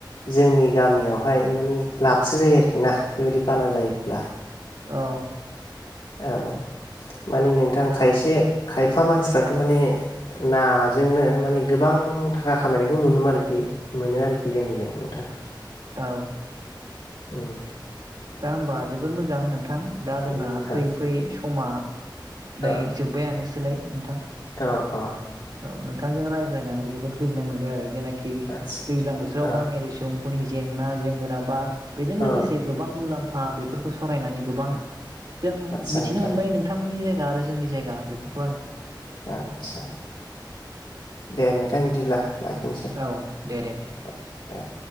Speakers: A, on the left (about 75°); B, on the right (about 60°).
A: जोंनि गामियावहाय मानि लाबसो जायो आरोखि ना बेबायदि बाना जायोब्ला
B: औ।
A: औ माने नोंथां खायसे खायफा मानसिफ्राथ' माने नाजोंनो माने गोबां थाखा खामायनायखौ नुनोमोन आरोखि मोनो आरोखि जोंनिजों नोंथां।
B: औ।
A: ओम।
B: दा होमबा जोबोर मोजां नोंथां दा जोंना
A: नंगौ नोंथां
B: फैयै फैयै समा
A: अ
B: नै जोब्बायानोसै। सोलाय नोंथां।
A: अ अ।
B: औ नोंथांजों रायज्लायनानै जोबोद गोजोननाय मोनबाय आरो जेनाखि आरोखि
A: आदसा
B: दैज्लां बोथोराव
A: अ
B: गामियारि सुबुं फोरनि जेंना जेंगोना बा बेजों
A: अ
B: लोगोसे गो बां मुलाम्फा बेफोर खौ सावरायनानै गोबां जों
A: आदसा
B: मिथिनो
A: नोंथां
B: मोनबाय नोंथांमोननि आरो जोंनि जायगा बेफोरखौ आरो
A: आदसा दे नोंथां बिदिब्ला लाखिनोसै
B: औ दे
A: दे दे